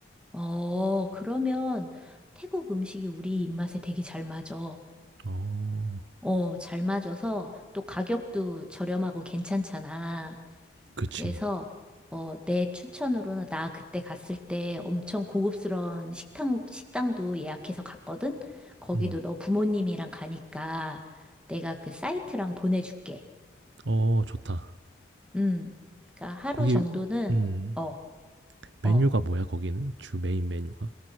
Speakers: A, in the centre; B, on the right.
A: 어, 그러면 태국 음식이 우리 입맛에 되게 잘 맞아.
B: 어.
A: 어, 잘 맞아서 또 가격도 저렴하고 괜찮잖아.
B: 그치.
A: 그래서 어, 내 추천으로는 나 그때 갔을 때 엄청 고급스러운 식당 식당도 예약해서 갔거든. 거기도
B: 음.
A: 너 부모님이랑 가니까 내가 그 사이트랑 보내줄게.
B: 어 좋다.
A: 음. 그러니까 하루
B: 거기
A: 정도는
B: 음.
A: 어,
B: 메뉴가
A: 어,
B: 뭐야 거기는? 주 메인 메뉴가?